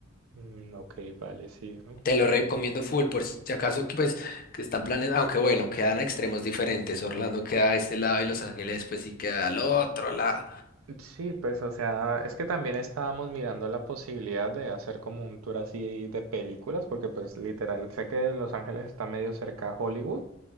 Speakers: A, on the right (about 75°); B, on the left (about 45°).
A: Mm, ok, vale, sí. ¿no?
B: Te lo recomiendo
A: Mm.
B: full, por si acaso que pues que están planes, aunque bueno, quedan a extremos diferentes. Orlando queda a este lado y Los Ángeles pues sí queda al otro lado.
A: Sí, pues o sea, es que también estábamos mirando la posibilidad de hacer como un tour así de películas, porque pues literal, sé que Los Ángeles está medio cerca a Hollywood